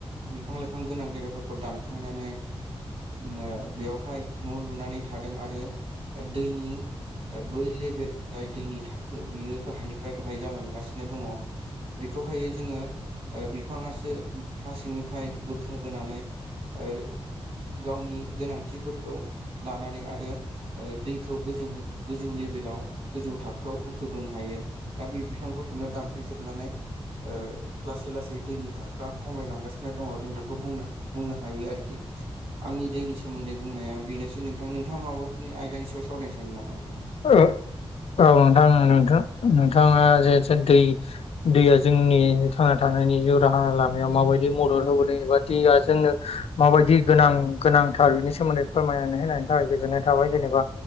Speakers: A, on the right (about 80°); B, on the left (about 80°).
A: बिफां लाइफां गोनां जायगाफोरखौ दानथांनानै ओ बेयावहाय न' लुनानै थादों आरो दैनि ओ बै लेभेल जाय दैनि थाखो बियो गाहायनिफ्राय गाहाय जालांगासिनो दङ। बेखौहाय जोङो ओ बिफाङासो हा सिंनिफ्राय बोखोबोनानै ओ गावनि गोनांथिफोरखौ लानानै आरो ओ दैखौ गोजौ गोजौ लेभेलाव गोजौ थाखोआव बोखोबोनो हायो। दा बे बिफांफोरखौनो दानफायजोबनानै ओ लासै लासै दैनि थाखो आ खमायलांगासिनो दङ' जों बेखौ बुंनो बुंनो हायो आरोखि। आंनि दैनि सोमोन्दै बुंनाया बेनोसै नोंथां नोंथाङा माबाफोरनि आयदानि सायाव सावरायायनो सानदों नामा नोंथां?
B: ओ औ नोंथां नोंथाङा जे दै दैया जोंनि थांना थानायनि जिउ राहा लामायाव माबायदि मदद होबोदों एबा दैया जोंनो माबायदि गोनां गोनांथार बिनि सोमोन्दै फोरमायनानै होनायनि थाखाय गोजोननाय थाबाय जेनेबा